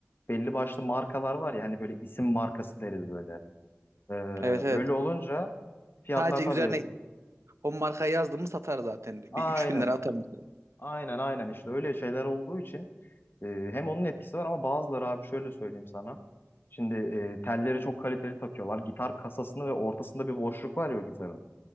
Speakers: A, on the left; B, on the right.
A: belli başlı markalar var ya hani böyle isim markası deriz böyle. Ee,
B: Evet evet.
A: öyle olunca fiyatlar
B: Sadece
A: tabii
B: üzerine o markayı yazdım mı satar zaten.
A: aynen
B: Bir 3000 lira atar mesela.
A: Aynen aynen işte öyle şeyler olduğu için e, hem onun etkisi var ama bazıları abi şöyle söyleyeyim sana. Şimdi e, telleri çok kaliteli takıyorlar. Gitar kasasını ve ortasında bir boşluk var ya o gitarın.